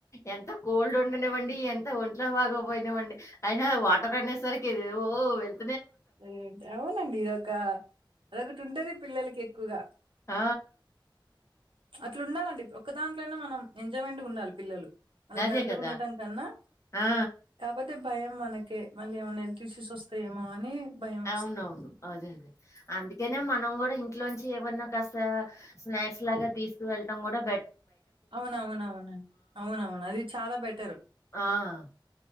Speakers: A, on the left; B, on the right.
A: ఎంత కోల్డ్ ఉండనివండి ఎంత ఒంట్లో బాగ పోయినావండి అయినా వాటర్ అనేసరికి ఓ వెల్
B: అదే అవునండి ఇదొక అదొకటి ఉంటది పిల్లలకి ఎక్కువగా
A: ఆ
B: అట్ల ఉండాలండి ఒక దాంట్లో అయి మనం ఎంజాయ్మెంట్గా ఉండాలి పిల్లలు అలా
A: అదే
B: డల్లుగ
A: కదా!
B: ఉండటం కన్నా
A: ఆ!
B: కాబతే అ భయం మనకి మళ్ళీ ఏమన్నా ఎల్త్ ఇష్యూస్ వస్తాయేమో అని భయం వస్తుంది
A: అవునవును అదే అదే అందుకేనే మనం కూడా ఇంట్లోంచి ఏమన్నా కాస్త స్నాక్స్ లాగా తీసుకు వెళ్ళడం కూడా
B: అవునవునవునండి అవునవును అది చాలా బెటరు
A: ఆ!